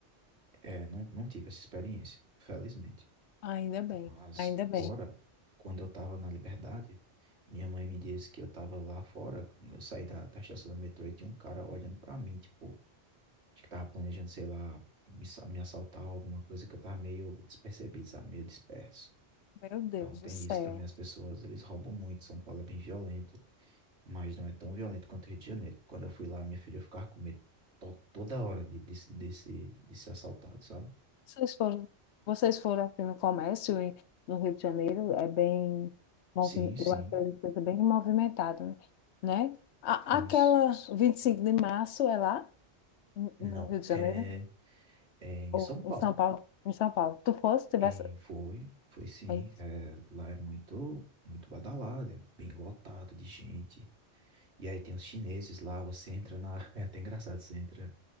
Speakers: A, on the right; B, on the left.
A: é, não, não tive essa experiência, felizmente.
B: Ainda bem,
A: Mas
B: ainda bem.
A: fora, quando eu tava na Liberdade, minha mãe me disse que eu tava lá fora, eu saí da, da estação do metrô e tinha um cara olhando pra mim, tipo, acho que tava planejando, sei lá, me, sa- me assaltar ou alguma coisa que eu tava meio despercebido, sabe? Meio disperso.
B: Meu Deus
A: Então tem
B: do céu.
A: isso também, as pessoas, eles roubam muito. São Paulo é bem violento, mas não é tão violento quanto o Rio de Janeiro. que Quando eu fui lá, minha filha ficava com medo to- toda hora de, de, se- de, se- de ser assaltado, sabe?
B: Vocês foram, vocês foram aqui no comércio e no Rio de Janeiro, é bem, movi-
A: Sim, sim,
B: eu acredito que é bem movimentado, né? A,
A: fomos.
B: aquela 25 de março é lá, no
A: Não,
B: no Rio de Janeiro,
A: é, é em
B: ou
A: São Paulo.
B: em São Paulo, em São Paulo. Tu fosse, tivesse,
A: E foi, foi sim.
B: aí,
A: é, lá é muito, muito badalado, é bem lotado de gente. E aí tem os chineses lá, você entra na... <laughs> É até engraçado, você entra